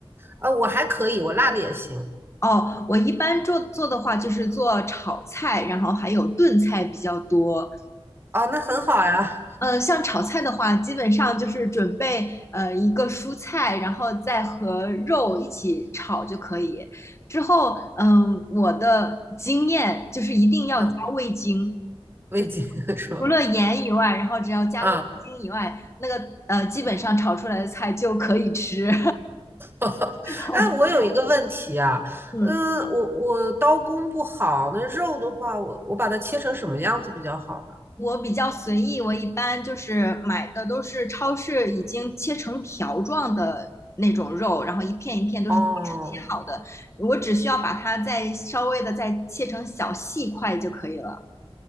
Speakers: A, on the right (about 25°); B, on the left (about 30°).
A: 呃，我还可以，我辣的也行。
B: 哦，我一般做做的话，就是做炒菜，然后还有炖菜比较多。
A: 哦，那很好呀。
B: 嗯，像炒菜的话，基本上就是准备呃一个蔬菜，然后再和肉一起炒就可以。之后，嗯，我的经验就是一定要加味精，
A: 嗯，味精
B: 就是
A: <laughs> 是吧？
B: 除了盐以外，然后只要加了味精以外，
A: 嗯。
B: 那个呃基本上炒出来的菜就可以吃。
A: <laughs>
B: <laughs>
A: 哎，我有一个问题啊，
B: 嗯。
A: 嗯，我我刀工不好，那肉的话，我我把它切成什么样子比较好呢？
B: 我比较随意，我一般就是买的都是超市已经切成条状的那种肉，然后一片一片都是超市切好的，
A: 哦
B: 我只需要把它再稍微的再切成小细块就可以了。